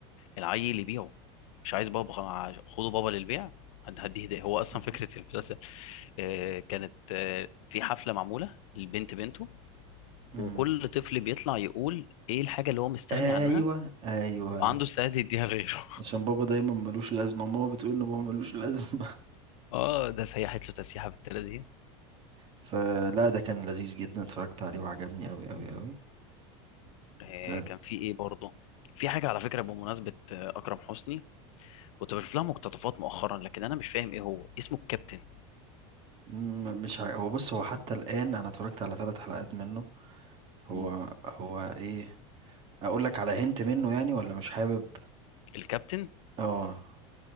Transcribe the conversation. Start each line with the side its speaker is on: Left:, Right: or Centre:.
Left: العيل يبيعه مش عايز بابا خلاص، خده بابا للبيع هد- هديه ده هو أصلا
Right: مم.
Left: فكرة <laughs> المسلسل آه، كانت آه، في حفلة معمولة للبنت بنته
Right: مم.
Left: وكل طفل بيطلع يقول إيه الحاجة اللي هو مستغني
Right: ايوه
Left: عنها
Right: ايوه
Left: وعنده استعداد يديها لغيره <laughs>
Right: عشان بابا دايما ملوش لازمة ماما بتقول ان بابا ملوش لازمة <laughs>
Left: آه ده سيحت له تسيحة بالتلاتين
Right: فلا ده كان لذيذ جدا اتفرجت عليه وعجبني اوي اوي اوي
Left: آه،
Right: ت-
Left: كان في إيه برضه في حاجة على فكرة بمناسبة آه، أكرم حسني كنت بشوف لها مقتطفات مؤخرا لكن انا مش فاهم ايه هو اسمه الكابتن
Right: م- مش ع... هو بص هو حتى الآن انا اتفرجت على ثلاث حلقات منه هو
Left: مم.
Right: هو ايه اقول لك على هنت منه يعني ولا مش حابب
Left: الكابتن
Right: اه